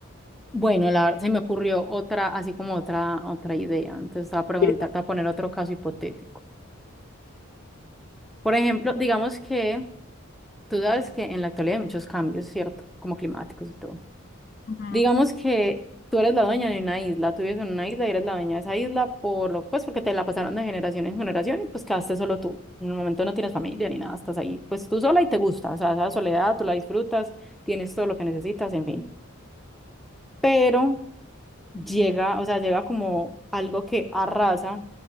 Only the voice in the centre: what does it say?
Bueno, la, verdad se me ocurrió otra, así como otra, otra idea. Entonces, te voy a preguntar,
te voy a poner otro caso hipotético. Por ejemplo, digamos que tú sabes que en la actualidad hay muchos cambios, ¿cierto? Como climáticos y todo.
Digamos que tú eres la dueña de una isla, tú vives en una isla y eres la dueña de esa isla por lo, pues porque te la pasaron de generación en generación y pues quedaste solo tú. En el momento no tienes familia ni nada, estás ahí, pues tú sola y te gusta. O sea, esa soledad tú la disfrutas, tienes todo lo que necesitas, en fin. Pero llega, o sea, llega como algo que arrasa